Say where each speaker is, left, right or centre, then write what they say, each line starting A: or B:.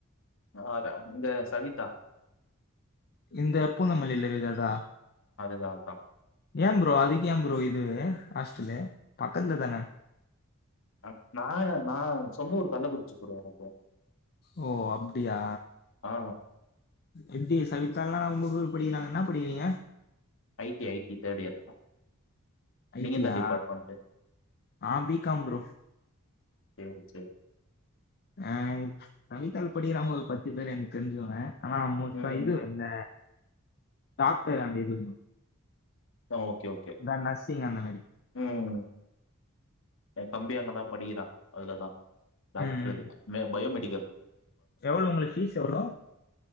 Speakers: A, on the left; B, on the left.
A: ஆடா இந்த சவிதா
B: இந்த பூந்தமல்லில இருக்குதே அதா
A: த அதான்
B: ஏம்புரோ அதுக்கு ஏம்புரோ இது ஹாஸ்டலு பக்கத்துல தான
A: அ நான் ஏ நான் சொந்த ஊரு கள்ளக்குறிச்சி ப்ரோ எனக்கு
B: ஓ அப்டியா
A: ஆ
B: எப்டி சவிதாலாம் உங்க கூட படிக்கறாங்கன்னா என்ன படிக்கிறீங்க
A: IT IT third year
B: ஐ
A: நீங்க
B: டி
A: என்ன
B: யா
A: டிபாட்மென்ட்டு
B: நா பி காம் ப்ரோ
A: சேரி சேரி
B: ஆ சவிதால படிக்கற அவுங்க ஒரு பத்து பேர் எனக்கு தெரிஞ்சவங்க ஆனா மோஸ்டா
A: ம்
B: இது இந்த டாக்டர் அந்த இது
A: ஆ ஓகே ஓகே
B: இந்த நர்சிங் அந்த மாரி
A: ம் என் தம்பி அங்கதான் படிக்கிறான் அதுலதான் டாக்டரு
B: ம் ம்
A: கேட்டா மே பயோமெட் டிகா
B: எவ்ளோ உங்களுக்கு ஃபீஸ் எவ்ளோ